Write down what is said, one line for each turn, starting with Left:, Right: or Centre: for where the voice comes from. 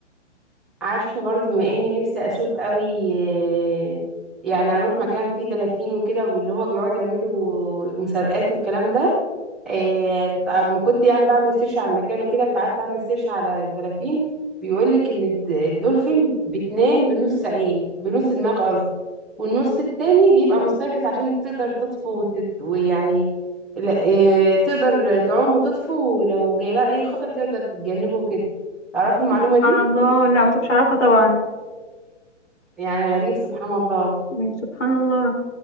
Centre: عارفة برضه بما اني نفسي اشوف قوي آه، يعني اروح مكان فيه دلافين وكده واللي هو بيقعد يعملوا مسابقات والكلام ده إيه، طب ما كنت يعني بعمل سيرش على المكان وكده فقعدت اعمل سيرش على الدلافين بيقول لك ان الد- الدولفين بتنام بنص عين بنص دماغ قصدي والنص التاني بيبقى مستيقظ عشان تقدر تطفو وتت... ويعني لا إيه، تقدر تعوم وتطفو ولو جاي لها اي خطر تقدر تتجنبه وكده تعرفي المعلومة
Left: سبحان
Centre: دي
Left: الله لا ما كنتش أعرفها طبعا
Centre: يعني غريب سبحان الله
Left: يعني سبحان الله